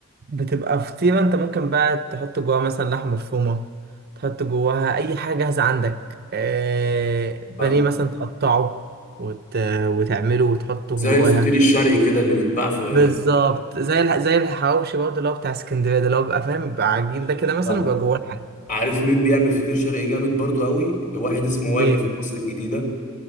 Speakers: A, on the right (about 45°); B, on the left (about 35°).
A: بتبقى فطيرة انت ممكن بقى تحط جواها مثلا لحمة مفرومة تحط جواها اي حاجة جاهزة عندك آه بانيه
B: فاهم
A: مثلا تقطعه وت... وتعمله وتحطه
B: زي
A: جواها
B: الفطير الشرقي كده اللي بيتباع في
A: بالظبط زي الح... زي الحواوشي برضه اللي هو بتاع اسكندرية ده اللي هو بيبقى فاهم بيبقى عجين ده كده مثلا
B: فاهم
A: ويبقى جواه الحاجة
B: عارف مين بيعمل فطير شرقي جامد برضو قوي واحد اسمه وائل
A: مين
B: في مصر الجديده